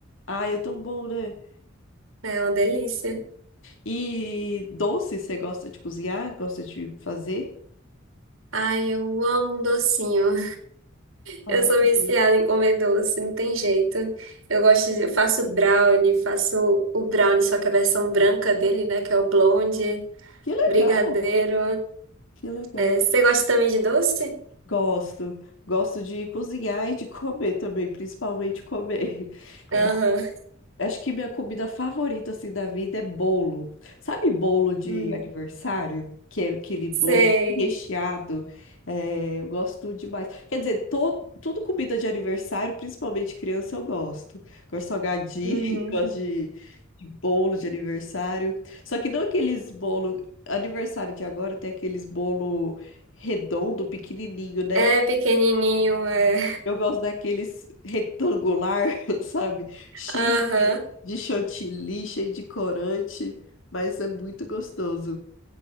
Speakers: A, on the left; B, on the right.
A: Ai, é tão bom, né?
B: É uma delícia.
A: E doce, você gosta de cozinhar? Gosta de fazer?
B: Ai, eu amo um docinho.
A: Ai,
B: Eu sou
A: também.
B: viciada em comer doce, não tem jeito. Eu gosto de, eu faço brownie, faço o brownie, só que a versão branca dele, né, que é o blonde,
A: Que legal,
B: brigadeiro.
A: que legal.
B: É, você gosta também de doce?
A: Gosto, gosto de cozinhar e de comer também, principalmente comer. <laughs>
B: Aham.
A: Acho que minha comida favorita assim da vida é bolo. Sabe bolo de
B: Hum,
A: aniversário? Que é aquele bolo
B: sei.
A: recheado. É, eu gosto demais. Quer dizer, todo, tudo comida de aniversário, principalmente criança, eu gosto. Gosto de salgadinho,
B: Uhum.
A: <laughs> gosto de, de bolo de aniversário. Só que não aqueles bolo. Aniversário de agora tem aqueles bolo redondo, pequenininho, né?
B: É pequenininho, é.
A: Eu gosto daqueles retangular, <laughs> sabe? Cheio
B: Aham,
A: de, de chantilly, cheio de corante, mas é muito gostoso.